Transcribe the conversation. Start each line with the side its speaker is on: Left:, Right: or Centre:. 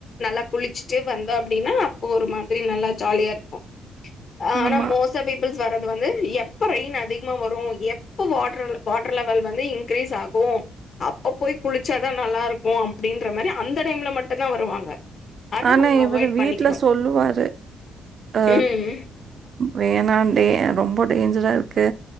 Left: நல்லா குளிச்சுட்டு வந்தோ அப்டின்னா அப்போ ஒரு மாதிரி நல்லா ஜாலியாருக்கு ஆனா
Right: ஆமா.
Left: மோஸ் ட்டா பீப்பிள்ஸ் வர்றது வந்து எப்ப ரெயின் அதிகமா வரு எப்ப வாட்டரு வாட்டரு லெவல் வந்து இங் கிரீஸ் ஆகு அப்ப போய் குளிச்சாதா நல்லா இருக்கு அப்டின்ற மாரி அந்த டைம்ல மட்டுந்தா வருவாங்க அத
Right: ஆனா
Left: அவங்க
Right: இவரு
Left: அவாய்ட்
Right: வீட்ல
Left: பண்ணிக்கணும்.
Right: சொல்லுவாரு அ
Left: ம்
Right: வேணா டே ரொம்ப டேஞ்சராருக்கு